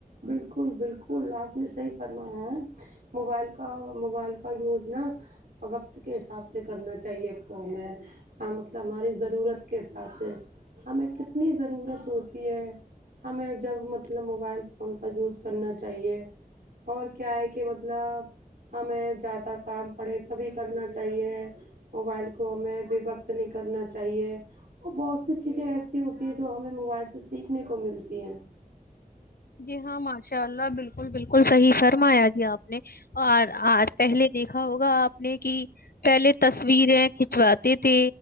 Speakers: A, on the right; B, on the left.
A: بالکل بالکل آپ نے صحیح فرمایا ہے موبائل کا موبائل کا یوز نہ وقت کے حساب سے کرنا چاہیے ایک تو ہمیں ہاں مطلب ہماری ضرورت کے حساب سے ہمیں کتنی ضرورت ہوتی ہے ہمیں جب مطلب موبائل فون کا یوز کرنا چاہیے اور کیا ہے کی مطلب ہمیں زیادہ کام پڑے تبھی کرنا چاہیے موبائل کو ہمیں بے وقت نہیں کرنا چاہیے اور بہت سی چیزیں ایسی ہوتی ہیں جو ہمیں موبائل سے سیکھنے کو ملتی ہیں
B: جی ہاں ماشاء اللہ بالکل بالکل صحیح فرمایا جی آپ نے اور آج پہلے دیکھا ہوگا آپ نے کی پہلے تصویریں کھنچواتے تھے